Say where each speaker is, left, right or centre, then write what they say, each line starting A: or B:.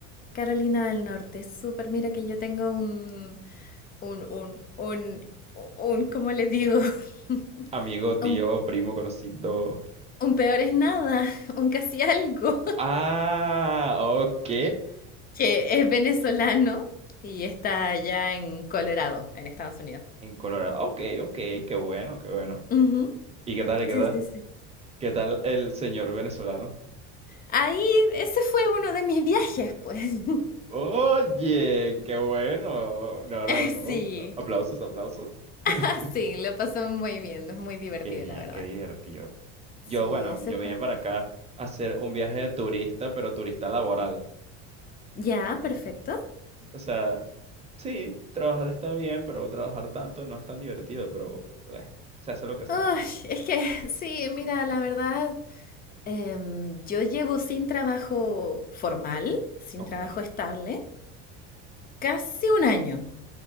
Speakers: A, on the left; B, on the right.
A: Carolina del Norte. Súper, mira que yo tengo un, un, un, un, un, ¿cómo les digo? <laughs>
B: amigo, tío,
A: Un,
B: primo, conocido.
A: un peor es nada, <laughs> un casi algo,
B: Ah, ok.
A: <laughs> que es venezolano y está allá en Colorado, en Estados Unidos.
B: En Colorado. Ok, ok, qué bueno, qué bueno.
A: Ujú,
B: ¿Y qué tal, qué
A: Sí,
B: tal?
A: sí, sí.
B: ¿Qué tal el señor venezolano?
A: Ahí, ese fue uno de mis viajes, pues.
B: Oye, qué bueno. No, no,
A: <laughs>
B: no.
A: Sí,
B: Aplausos, aplausos. <laughs>
A: <laughs> sí, lo pasó muy bien, es muy divertido,
B: Qué bien,
A: la verdad.
B: qué divertido.
A: Sí,
B: Yo, bueno,
A: ese
B: yo
A: fue.
B: vine para acá a hacer un viaje de turista, pero turista laboral.
A: Ya, perfecto.
B: O sea, sí, trabajar está bien, pero trabajar tanto no es tan divertido, pero eh, se hace lo que se
A: Ay,
B: puede.
A: es que <laughs> sí, mira, la verdad, em, yo llevo sin trabajo formal, sin
B: Ok.
A: trabajo estable, casi un año.